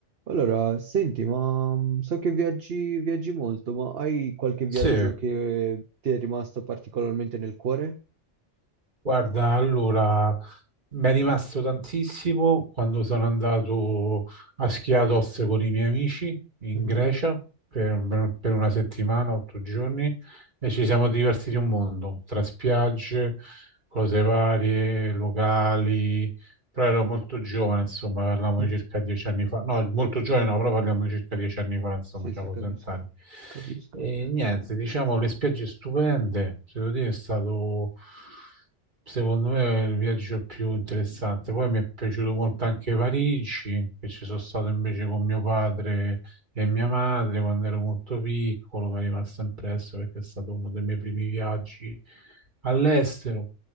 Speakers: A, on the right; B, on the right.
A: Allora, senti, ma mm, so che viaggi, viaggi molto, ma hai qualche viaggio
B: Sì,
A: che ti è rimasto particolarmente nel cuore?
B: guarda, allora mi è rimasto tantissimo quando sono andato a Schiatos con i miei amici in
A: Mhm.
B: Grecia per, per una settimana, otto giorni, e ci siamo divertiti un mondo, tra spiagge, cose varie, locali, Però ero molto giovane, insomma, parliamo
A: Mm.
B: di circa dieci anni fa. No, molto giovane no, però parliamo di circa dieci anni fa, insomma,
A: Sì, sì,
B: avevo
A: capisco,
B: 30 anni.
A: capisco.
B: E niente, diciamo, le spiagge stupende, se devo dire, è stato, secondo me, il viaggio più interessante. Poi mi è piaciuto molto anche Parigi, che ci sono stato invece con mio padre e mia madre quando ero molto piccolo, mi è rimasto impresso perché è stato uno dei miei primi viaggi all'estero.